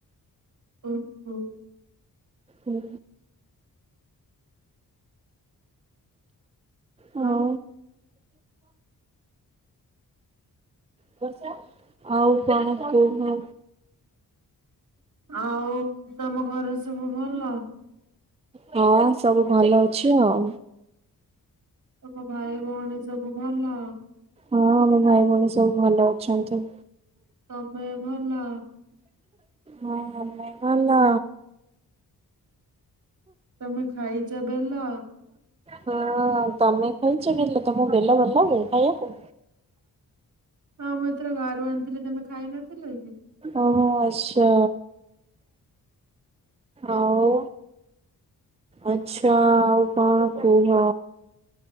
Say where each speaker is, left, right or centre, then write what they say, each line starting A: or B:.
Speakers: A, on the right (about 50°); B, on the right (about 20°).
A: ଉଁ ହୁଁ।
B: ହୁଁ ହଁ।
A: ଆଉ
B: ବର୍ଷା ଆଉ କଣ କହୁନ?
A: ଆଉ ତମ ଘରେ ସବୁ ଭଲ?
B: ହଁ ସବୁ ଭଲ ଅଛି ଆଉ।
A: ତମ ଭାଇ ଭଉଣୀ ସବୁ ଭଲ?
B: ହଁ ଆମ ଭାଇ ଭଉଣୀ ସବୁ ଭଲ ଅଛନ୍ତି।
A: ସମୟ ଭଲ?
B: ହଁ ଆମେ ଭଲ।
A: ତମେ ଖାଇଛ ବେଲ?
B: ହଁ ତମେ ଖାଇଛ ବେଲ ତମକୁ ବେଲ ଭଲ ଲାଗେ ଖାଇବାକୁ?
A: ହଁ ମୁଁ ଏଥର ଗାଁରୁ ଆଣିଥିଲି ତମେ ଖାଇ ନଥିଲ କି?
B: ଓହ ଆଛା ଆଉ। ଆଚ୍ଛା ଆଉ କଣ କୁହ?